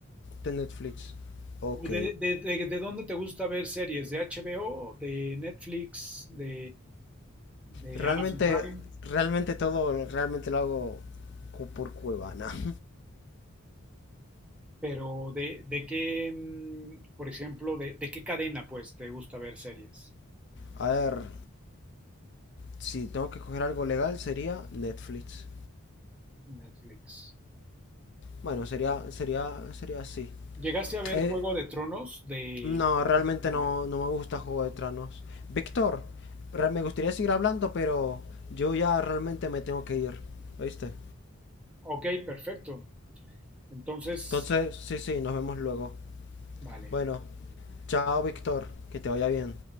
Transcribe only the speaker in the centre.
¿O de, de, de- de dónde te gusta ver series? ¿De HBO, de Netflix, de, de
Amazon Prime?
Pero de, de qué, mm, por ejemplo, de, de qué cadena pues te gusta ver series?
Netflix.
¿Llegaste a ver
Juego de Tronos de
HBO?
Ok, perfecto. Entonces,
vale.